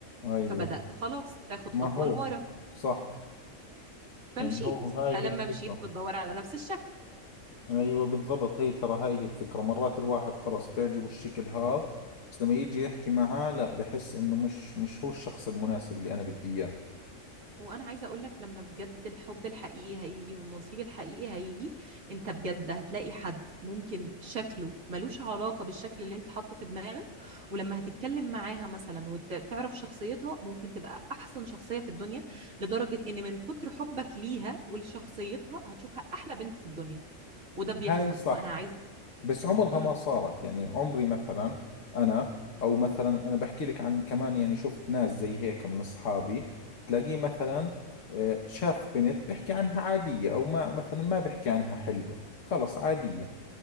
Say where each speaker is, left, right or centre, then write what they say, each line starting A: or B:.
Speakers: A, on the left; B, on the right.
A: أيوه
B: فبدات خلاص تاخد
A: ما
B: خطوه
A: هو
B: لورا
A: صح
B: فمشيت
A: يعني هو هاي
B: فلما
A: هي الفكرة
B: مشيت بتدور على نفس الشكل
A: أيوه بالضبط هي ترى هاي هي الفكرة مرات الواحد خلص بيعجبه الشكل هذا بس لما يجي يحكي معاه لا بحس إنه مش مش هو الشخص المناسب اللي أنا بدي إياه
B: وانا عايزه اقول لك لما بجد الحب الحقيقي هيجي والنصيب الحقيقي هيجي انت بجد هتلاقي حد ممكن شكله ملوش علاقه بالشكل اللي انت حاطه في دماغك ولما هتتكلم معاها مثلا وتعرف شخصيتها ممكن تبقى احسن شخصيه في الدنيا لدرجه ان من كتر حبك ليها ولشخصيتها هتشوفها احلى بنت في الدنيا وده بيحصل
A: هاي صح
B: انا عايز
A: بس عمرها
B: امم
A: ما صارت يعني عمري مثلا انا او مثلا انا بحكي لك عن كمان يعني شفت ناس زي هيك من اصحابي تلاقيه مثلا آه، شاف بنت بيحكي عنها عادية او ما مثلا ما بيحكي عنها حلوة خلص عادية